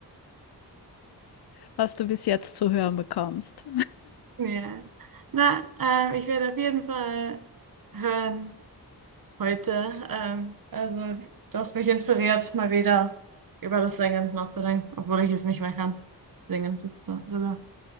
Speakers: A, on the left (about 70°); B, on the right (about 55°).
A: <laughs> was du bis jetzt zu hören bekommst.
B: Ja. Na, ähm, ich werde auf jeden Fall hören heute. Ähm, also, du hast mich inspiriert, mal wieder über das Singen nachzudenken, obwohl ich es nicht mehr kann. Singen sozusagen sogar.